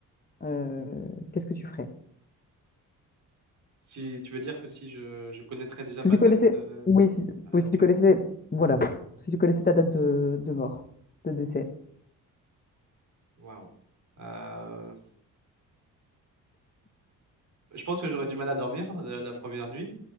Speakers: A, on the left (about 25°); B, on the right (about 55°).
A: Euh, qu'est-ce que tu ferais?
B: Si tu veux dire que si je, je connaîtrais déjà ma
A: Si tu
B: date.
A: connaissais,
B: euh,
A: oui, si,
B: Ah,
A: oui, si
B: ok.
A: tu connaissais, voilà, si tu connaissais ta date de, de mort, de décès.
B: Waouh. Euh, Je pense que j'aurais du mal à dormir euh, la première nuit.